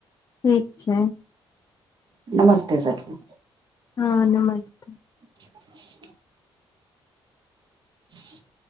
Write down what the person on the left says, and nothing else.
ठीक छै
हँ नमस्ते